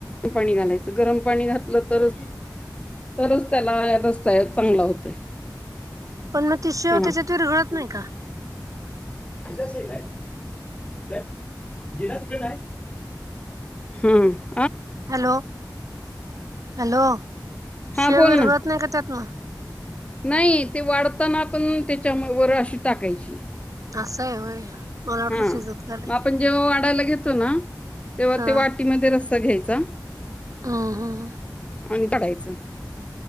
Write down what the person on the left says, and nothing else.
पाणी घालायच. गरम पाणी घातल तरच तरच त्याला ह रस्सा चांगला होतोय.
हां,
तथल आहे जिना चिकट आहे <unintelligible> हम्म्
हां
बोल
ना.
नाही ते वाढताना पण त्याच्या म वर अशी टाकायची.
हा
मग
आपण जेव्हा वाढायला घेतो ना तेव्हा
ते वाटीमध्ये रस्सा घ्यायचा.
आणि काढायच.